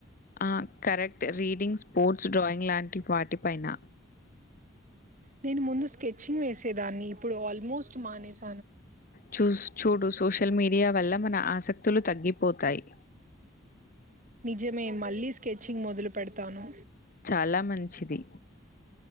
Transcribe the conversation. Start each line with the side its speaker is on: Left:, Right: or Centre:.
Left: ఆ కరెక్ట్ రీడింగ్ స్పోర్ట్స్ డ్రాయింగ్ లాంటి వాటి పైన
Right: నేను ముందు స్కెచింగ్ వేసేదాన్ని ఇప్పుడు ఆల్మోస్ట్ మానేసి
Left: చూస్ చూడు సోషల్ మీడియా వల్ల మన ఆసక్తులు తగ్గిపోతాయి
Right: నిజమే మళ్ళీ స్కెచింగ్ మొదలు పెడతాను
Left: చాలా మంచిది